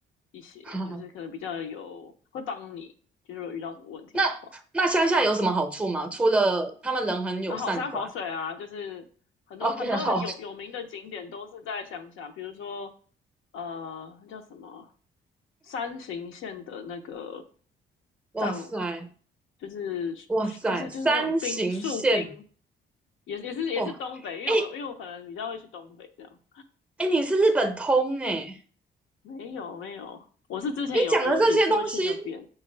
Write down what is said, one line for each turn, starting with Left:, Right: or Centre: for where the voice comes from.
Left: 一些，
Centre: <laughs>
Left: 就是可能比较有会帮你，就是如果遇到什么问题的话。
Centre: 那那乡下有什么好处吗？除了他们人很友善之外
Left: 那好山好水啊，就是很多很多很有有名的景点都是在乡下，
Centre: ，OK，好，
Left: 比如说呃那叫什么山形县的那个
Centre: 哇塞，
Left: 藏，就是
Centre: 哇塞，
Left: 就是就是那种冰树冰
Centre: 山形县，
Left: 也也是也是东北，
Centre: 哇，
Left: 因为我因为我可能比较会去东北这样。
Centre: 哎、哎、你是日本通哎、
Left: 没有没有，我是之前有有几次会去那边，
Centre: 你讲的这些东西，